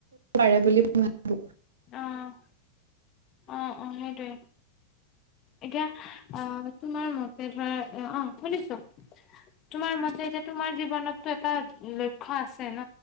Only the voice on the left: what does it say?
অ' অ' অ' সেইটোৱে এতিয়া অহ তোমাৰ মতে ধৰা, অ শুনিছো তোমাৰ মতে এ যে তোমাৰ জীৱনতটো এটা লক্ষ্য আছে ন?